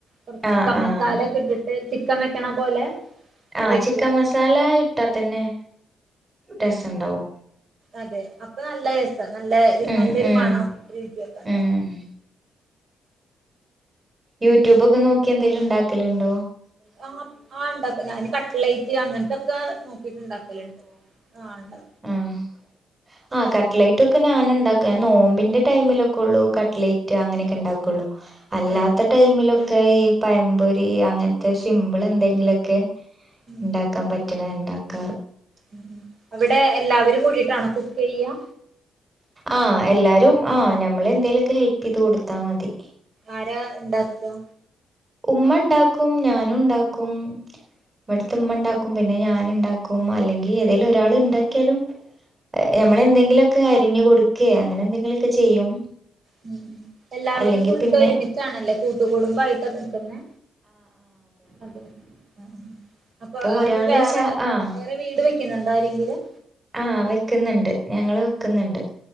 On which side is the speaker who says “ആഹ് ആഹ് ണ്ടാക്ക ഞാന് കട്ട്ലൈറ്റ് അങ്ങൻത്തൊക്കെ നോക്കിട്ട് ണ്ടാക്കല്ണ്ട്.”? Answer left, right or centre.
Right